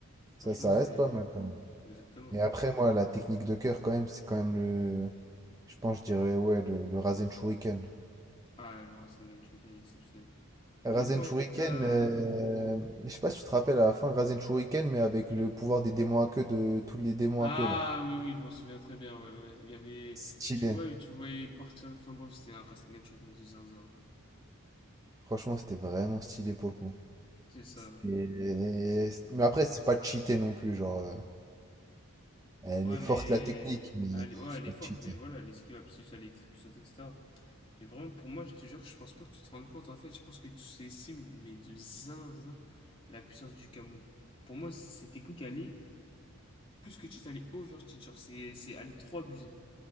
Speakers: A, on the right; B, on the left.
A: Ça,
B: Franchement,
A: ça
B: c'est
A: reste pas mal quand même.
B: Exactement.
A: Et après, moi, la technique de cœur, quand même, c'est quand même le. Je pense, je dirais, ouais, le, le Rasen Shuriken.
B: Ah, le Racing a une mécanique exceptionnelle.
A: Rasen
B: Honnêtement,
A: Shuriken,
B: en fait, là.
A: euh, je sais pas si tu te rappelles à la fin, Rasen Shuriken, mais avec le pouvoir des démons à queue de tous les démons
B: Ah,
A: à queue là.
B: oui, oui, je m'en souviens très bien. Ouais, ouais. Il y avait.
A: Stylé.
B: Tu... Ouais, tu le voyais partir. Enfin, bref, c'était un Racing and Shuriken de zinzin.
A: Franchement, c'était vraiment stylé pour le coup.
B: C'est ça,
A: C'était-
B: ouais.
A: Mais après, c'est pas cheaté non plus, genre. euh, Elle
B: Ouais,
A: est forte
B: mais.
A: la technique, mais pff,
B: Elle... est- Ouais,
A: c'est
B: elle
A: pas
B: est forte,
A: cheaté.
B: mais voilà, elle esquive absolue, elle est très puissante, etc. Et vraiment, pour moi, je te jure, je pense pas que tu te rendes compte. En fait, je pense que tous ces sims, mais de zinzin, la puissance du Kamui. Pour moi, cette technique, elle est plus que cheat, elle est over cheat. Genre, c'est, c'est, elle est trop abusée.